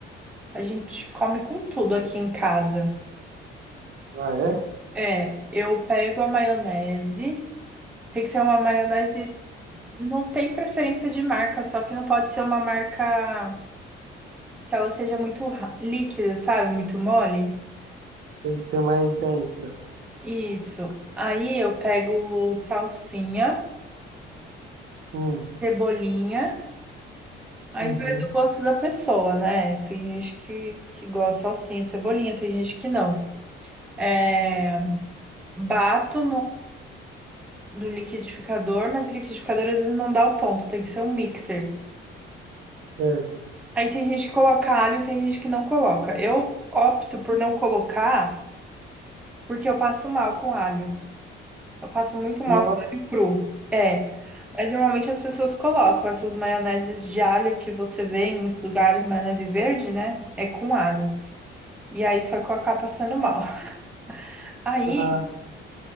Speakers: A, in the centre; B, on the right (about 55°).
A: A gente come com tudo aqui em casa.
B: Ah, é?
A: É, eu pego a maionese. Tem que ser uma maionese. Não tem preferência de marca, só que não pode ser uma marca que ela seja muito ra- líquida, sabe? Muito mole.
B: Tem que ser mais densa.
A: Isso. Aí eu pego salsinha,
B: Hum,
A: cebolinha. Aí
B: uhum,
A: vai do gosto da pessoa, né? Tem gente que, que gosta de salsinha, cebolinha, tem gente que não. É, bato do liquidificador, mas o liquidificador às vezes não dá o ponto, tem que ser um mixer.
B: certo.
A: Aí tem gente que coloca alho, tem gente que não coloca. Eu opto por não colocar porque eu passo mal com alho. Eu passo muito mal
B: Nossa,
A: com alho cru. É, mas normalmente as pessoas colocam essas maioneses de alho que você vê em muitos lugares, maionese verde, né? É com alho. E aí só que eu acabo passando mal. <laughs> Aí
B: ah,